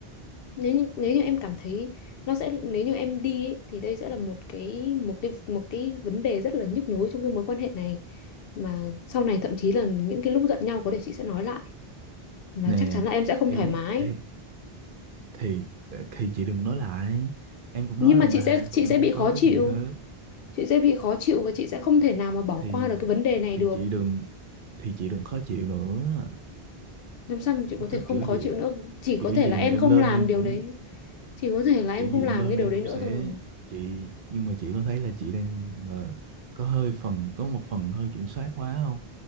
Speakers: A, on the left; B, on the right.
A: nếu như, nếu như em cảm thấy nó sẽ nếu như em đi ấy, thì đây sẽ là một cái một cái một cái vấn đề rất là nhức nhối trong cái mối quan hệ này mà sau này thậm chí là những cái lúc giận nhau có thể chị sẽ nói lại mà
B: nè
A: chắc chắn là em sẽ không thoải
B: ý,
A: mái
B: ý thì ờ, thì chị đừng nói lại em cũng
A: nhưng
B: nói rồi
A: mà
B: mà
A: chị sẽ chị
B: tụi em
A: sẽ
B: không
A: bị khó
B: có cái
A: chịu
B: gì hết
A: chị sẽ bị khó chịu và chị sẽ không thể nào mà bỏ
B: thì
A: qua được cái vấn đề này được
B: thì chị đừng thì chị đừng khó chịu nữa
A: làm sao mà chị
B: Em
A: có
B: có
A: thể không
B: kiểu
A: khó
B: gì
A: chịu nữa chỉ
B: kiểu
A: có thể
B: gì
A: là em
B: mà em
A: không
B: lên
A: làm
B: em
A: điều
B: cũng
A: đấy chỉ có thể là em
B: kiểu gì
A: không làm
B: em lên
A: cái điều
B: em
A: đấy
B: cũng
A: nữa
B: sẽ
A: thôi
B: chị nhưng mà chị có thấy là chị đang ờ, có hơi phần có một phần hơi kiểm soát quá không